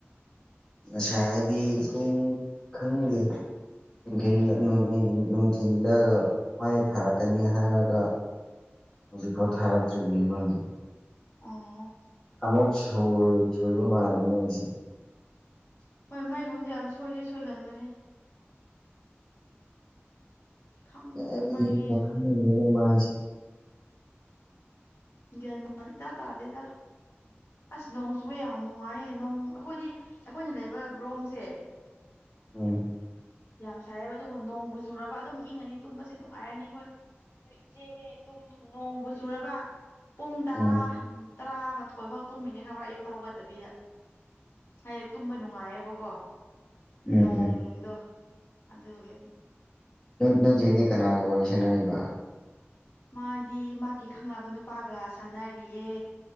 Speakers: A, on the left; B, on the left.
A: ꯑꯁꯥ ꯍꯥꯏꯗꯤ
B: ꯑꯇꯣꯞꯄꯗꯤ
A: ꯄꯨꯡ ꯈꯪꯗꯦ ꯅꯨꯡꯊꯜ ꯅꯨꯡꯊꯤꯤꯟꯗ ꯃꯥꯏ ꯊꯥꯔꯛꯀꯅꯤ ꯍꯥꯏꯔꯒ ꯍꯧꯖꯤꯛꯐꯥꯎ ꯊꯥꯔꯛꯇ꯭ꯔꯤꯅꯤ ꯃꯣꯏꯅꯤ
B: ꯑꯥ
A: ꯑꯃꯨꯛ ꯁꯣꯏꯕ ꯃꯥꯜꯂꯦ ꯃꯣꯏꯁꯦ
B: ꯍꯣꯏ ꯃꯥꯏꯒꯨꯝꯕꯁꯦ ꯌꯥꯝ ꯁꯣꯏꯗꯤ ꯁꯣꯏꯒꯟꯕꯅꯦ ꯈꯪꯗꯦ
A: ꯑꯩ
B: ꯃꯩꯁꯨ
A: ꯃꯈꯜꯅꯦ ꯃꯥꯡꯁꯤꯦ
B: ꯒꯔꯃꯅꯤ ꯇ ꯇꯥꯖꯦꯗ ꯑꯁ ꯅꯣꯡ ꯆꯨꯑꯦ ꯌꯥꯝ ꯅꯨꯡꯉꯥꯏꯌꯦ ꯅꯣꯡ ꯑꯩꯈꯣꯏꯗꯤ ꯑꯩꯈꯣꯏꯅ ꯂꯩꯕ ꯔꯣꯝꯁꯦ
A: ꯎꯝ
B: ꯌꯥꯝ ꯁꯥꯏꯑꯕ ꯑꯗꯨꯕꯨ ꯅꯣꯡꯕꯨ ꯆꯨꯔꯕ ꯑꯗꯨꯝ ꯏꯪꯉꯅꯤ ꯇꯨꯝꯕꯁꯤ ꯅꯨꯡꯉꯥꯏꯔꯅꯤ ꯑꯩꯈꯣꯏ ꯑꯗꯨ ꯏꯆꯦ ꯑꯩꯈꯣꯏꯅꯦ ꯇꯨꯝ ꯅꯣꯡꯕꯨ ꯆꯨꯔꯕ ꯄꯨꯡ ꯇꯔꯥ
A: ꯎꯝ
B: ꯇꯔꯥꯃꯊꯣꯏꯐꯥꯎ ꯇꯨꯝꯃꯤꯅꯦ ꯈꯪꯕ꯭ꯔꯥ ꯑꯌꯨꯛꯇ ꯍꯧꯒꯠꯇꯕꯤꯗ ꯍꯥꯏꯗꯤ ꯇꯨꯝꯕ ꯅꯨꯡꯉꯥꯏꯌꯦꯕꯀꯣ
A: ꯎꯝ
B: ꯅꯣꯡꯗꯣ ꯑꯗꯨꯒꯤ
A: ꯅꯆꯦꯗꯤ ꯀꯅꯥꯒ ꯋꯥꯔꯤ ꯁꯥꯟꯅꯏꯕ
B: ꯃꯥꯗꯤ ꯃꯥꯒꯤ ꯈꯪꯅꯕ ꯅꯨꯄꯥꯒ ꯁꯥꯟꯅꯔꯤꯌꯦ